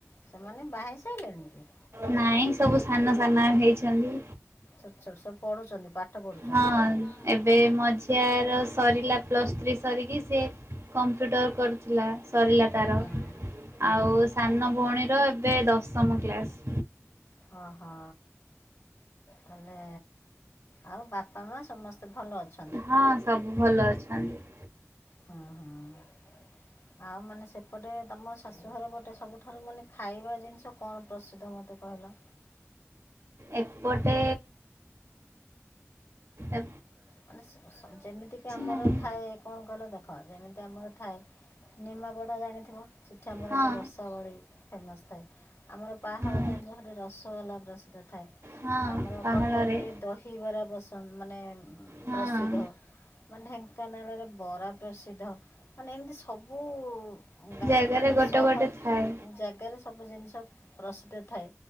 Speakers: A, on the left; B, on the right.
A: ସେମାନେେ ବାହା ହେଇ ସାରିଲେଣି କି?
B: ନାଇଁ ସବୁ ସାନ ସାନ ହେଇଛନ୍ତି।
A: ଛୋଟ ଛୋଟ ସବୁ ପଢୁଛନ୍ତି ପାଠ ପଢୁଛନ୍ତି
B: ହଁ
A: ନାଇଁ? ହିଁ।
B: ଏବେ ମଝିଆ ର ସରିଲା ପ୍ଲସ୍ ଥ୍ରୀ ସରିକି ସେ କମ୍ପ୍ୟୁଟର କରୁଥିଲା ସରିଲା ତାର।
A: ହଁ। ହଁ
B: ଆଉ ସାନ ଭଉଣୀର ଏବେ ଦଶମ କ୍ଲାସ।
A: ହଁ ହଁ। ତାହେଲେ ଆଉ ବାପା ମା ସମସ୍ତେ ଭଲ ଅଛ
B: ହଁ ସବୁ ଭଲ ଅଛନ୍ତି।
A: ହୁଁ ହୁଁ ଆଉ ମାନେ ସେପଟେ ତମ ଶାଶୁଘର ପଟେ ସବୁଠାରୁ ମାନେ ଖାଇବା ଜିନିଷ କଣ ପ୍ରସିଦ୍ଧ ମୋତେ କହିଲ?
B: ଏପଟେ ଏ
A: ମାନେ ଯେମିତିକି ଆମର
B: ନାହିଁ।
A: ଥାଏ କଣ କହିଲ ଦେଖ ଯେମିତି ଆମର ଥାଏ ନିମାପଡ଼ା ଜାଣିଥିବ ସେଠି ଆମର
B: ହଁ
A: ଗୋଟେ ରଷ ଗଲ ଫେମସ୍ ଥାଏ ଆମର ପାହାଳ
B: ହଁ
A: ଜଣି <unintelligible> ରସଗୋଲା ପ୍ରସିଦ୍ଧ ଥାଏ
B: ହଁ
A: ଆମର
B: ପାହାଳରେ
A: କଟକରେ ଦହି ବରା ପସନ୍ଦ ମାନେ
B: ହଁ
A: ପ୍ରସିଦ୍ଧ। ମାନେ ଢେଙ୍କାନାଳରେ ବରା ପ୍ରସିଦ୍ଧ। ମାନେ ଏମିତି ସବୁ ଗାଁ
B: ଜାଗାରେ
A: ମାନେ
B: ଗୋଟେ
A: ସହର
B: ଗୋଟେ ଥାଏ।
A: ଜାଗାରେ ସବୁ ଜିନିଷ ପ୍ରସିଦ୍ଧ ଥାଏ।